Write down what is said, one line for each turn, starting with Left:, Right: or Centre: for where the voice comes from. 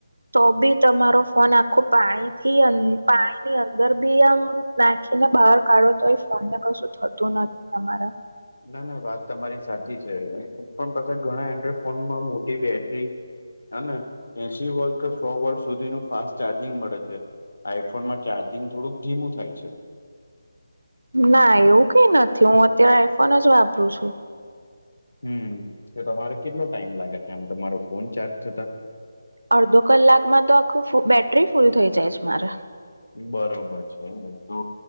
Right: તો બી તમારો ફોન આખો પાણીથી પાણી ની અંદર બી આમ નાખીને બહાર કાઢો તો એ ફોન ને કશું થતું નથી તમારા.
Left: ના ના વાત તમારી સાચી છે પણ પાછા ઘણા એન્ડ્રોઈડ ફોનમાં મોટી બેટરી હને એસી વર્ષ કે સો વર્ષ સુધીનું ફાસ્ટ ચાર્જિંગ મળે છે. આઈફોનમાં ચાર્જિંગ થોડુંક ધીમું થાય છે.
Right: ના એવું કઈ નથી હું અત્યારે આઈફોન જ વાપરું છું.
Left: હમ તો તમારે કેટલો ટાઈમ લાગે છે આમ તો તમારો ફોન ચાર્જ થતા!
Right: અડધો કલાકમાં તો આખું બેટરી ફૂલ થઈ જાય છે મારે.
Left: બરોબર છે તો